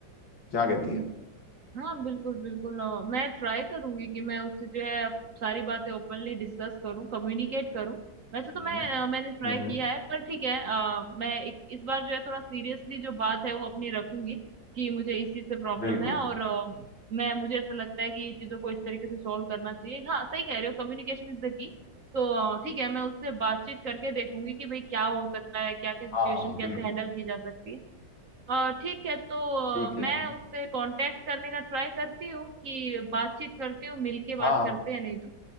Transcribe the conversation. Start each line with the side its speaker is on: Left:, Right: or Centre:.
Left: क्या
Right: हम्म
Left: कहती
Right: हम्म, हम्म,
Left: है
Right: हाँ बिल्कुल बिल्कुल अ, मैं ट्राई करूंगी कि मैं उससे जो है अब सारी बातें ओपनली डिस्कस करूं कम्युनिकेट करूं वैसे तो
Left: हम्म
Right: मैं अ, मैंने ट्राई
Left: हम्म
Right: किया है पर ठीक है अ, मैं एक, इस बार जो है थोड़ा सीरियसली जो बात है वो अपनी रखूंगी कि मुझे इस चीज से प्रॉब्लम
Left: बिल्कुल
Right: है और अ, मैं मुझे ऐसा लगता है कि ये चीजों को इस तरीके से सॉल्व करना चाहिए हाँ सही कह रहे हो कम्युनिकेशन इज द की तो अ, ठीक है मैं उससे बातचीत करके देखूंगी कि भाई क्या हो सकता है क्या क्या सिचुएशन
Left: हाँ हाँ हाँ,
Right: कैसे
Left: बिल्कुल
Right: हैंडल की जा सकती है अ, ठीक है तो
Left: ठीक
Right: अ,
Left: है
Right: मैं उससे कांटेक्ट करने का ट्राई करती हूँ कि बातचीत करती हूँ मिलके
Left: हाँ
Right: बात
Left: हाँ
Right: करते हैं नहीं तो